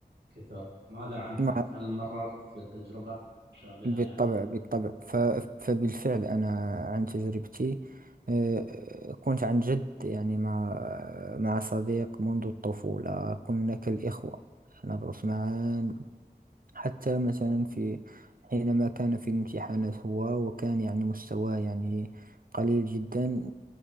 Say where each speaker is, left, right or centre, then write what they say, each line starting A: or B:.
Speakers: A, on the right; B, on the right.
A: كثر ماذا عنك
B: مع
A: أنت؟ هل مررت بتجربة مشابهة
B: بالطبع
A: يعني؟
B: بالطبع ف- فبالفعل أنا عن تجربتي آه، كنت عن جد يعني مع مع صديق منذ الطفولة كنا كالإخوة ندرس معا حتى مثلا في حينما كان في الامتحانات هو وكان يعني مستواه يعني قليل جدا